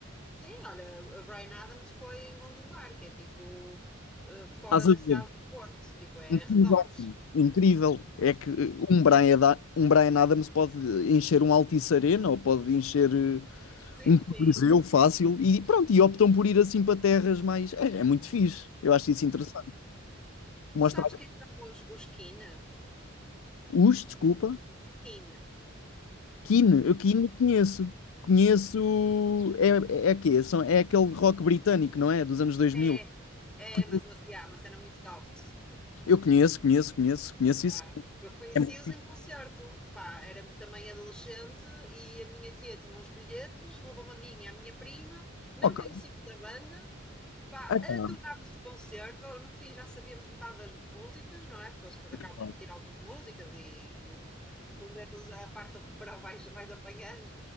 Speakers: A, in the centre; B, on the left (about 70°).
A: Sim, olha, a Bryan Adams foi em Gondomar, que é tipo eh, fora
B: Estás
A: da
B: a
A: cidade
B: ver?
A: do Porto, tipo é
B: Incrível.
A: arredores.
B: Incrível. É que eh, um Brian, Ada- um Brian Adams pode encher um Altice Arena ou pode encher eh,
A: Sim,
B: um Coliseu
A: sim.
B: fácil e pronto. E optam por ir assim para terras mais. É, é muito fixe. Eu acho isso interessante. Mostrar.
A: Tu sabes quem são os, os Keen?
B: Os, desculpa.
A: Keen.
B: Keane, eu Keane conheço. Conheço. É, é, é quê? São, é aquele rock britânico, não é? Dos anos 2000.
A: É, É,
B: Conheço.
A: mas uma, yeah, uma cena muito soft.
B: Eu conheço, conheço, conheço, conheço
A: Já.
B: isso.
A: Eu conheci-os
B: É muito fixe.
A: em concerto, pá, era também adolescente e a minha tia tinha uns bilhetes, levou-me a mim e à minha prima, não
B: Ok.
A: conhecíamos a banda, pá,
B: Ah,
A: adorámos
B: tá,
A: o concerto, no fim já sabíamos metade das músicas, não é? Porque eles depois acabam
B: tá.
A: por tirar algumas músicas e, e o- pelo menos a parte do refrão vais, vais apanhando.